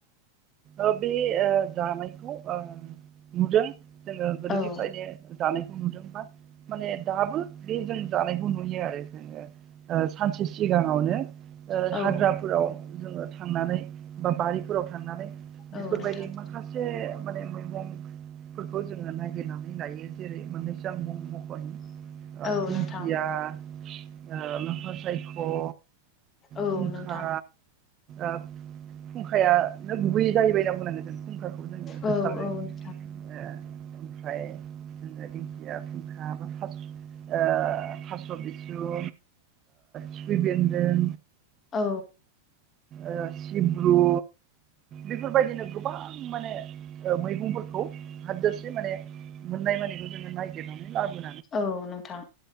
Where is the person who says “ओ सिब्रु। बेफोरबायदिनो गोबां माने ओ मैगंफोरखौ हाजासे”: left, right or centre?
Right